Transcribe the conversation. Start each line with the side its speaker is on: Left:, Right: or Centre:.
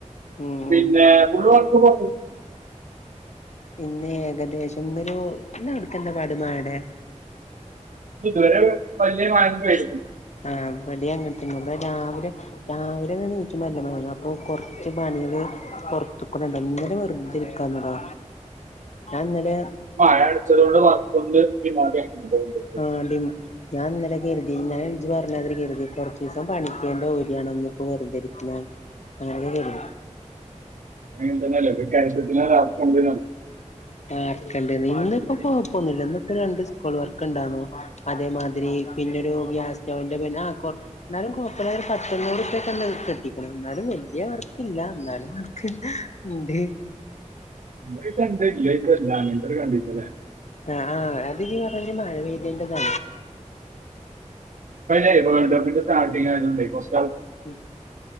Left: ഉം
Right: പിന്നെ
Left: ഉം
Right: പുള്ള് വക്കുമ്പോ
Left: പിന്നെ ഏകദേശംന്നൊരു എന്നാ കൊടുക്കണ്ട പടുമാടെ
Right: ഇതുവരെ വല്യ മഴ പെയ്
Left: ആഹ് ബടിയങ്ങ പിന്നെ ഇവിടെ രാവിലെ രാവിലെ ഒ നീക്ക്മ്പല്ലേ മ അപ്പൊ കൊറച്ച് പണികള് പുറത്ത്ക്കുന്നുണ്ട് ഇങ്ങനെ വെറുതെയിരിക്കാതടാ ഞാൻ ഇന്നലെ
Right: മഴ അടുത്തതോടെ വർക്കൊന്ന് ഈ മഴ എന്ന് തോന്ന് കിട്ടും
Left: ആഹ് ഡിം ഞാൻ ഇന്നല കരുതി ഇന്നലേണ് പറഞ്ഞതി കരുതി കുറച്ചീസം പണിക്കേന്റെ ഓരിയാണ്ന്ന് ഇപ്പ വെറുതെ ഇരിക്കുന്ന അങ്ങനെയിരിക്ക
Right: അങ്ങനെ തന്നെയല്ലേ ഒരു കയറ്റത്തിന് ഒരാൾക്കുണ്ട്
Left: ആക്കണ്ട ഇന്നിപ്പോ കൊഴപോന്നില്ല ഇന്നിപ്പോ രണ്ടീസം ഫുൾ വർക്ക്ണ്ടാര്ന്നോ അതേമാതിരി പിന്നൊരു ഗ്യാസ് <unintelligible> ു പട്ടുന്നോട്പ്പ കെട്ടിക്കണം എന്നാലും വല്യ വർക്കില്ല എന്നാലും അവർക്ക് ഉണ്ട്
Right: <unintelligible> ഒര്കണ്ടിച്ചലെ
Left: അ ആ അതി നീ പറഞ്ഞെ മഴ പെയ്തേന്റതാ
Right: അയ്ലെ വേൾഡ് കപ്പ്ന്റെ സ്റ്റാർട്ടിങ്ങായതോണ്ടെ കൊർച്
Left: ഉം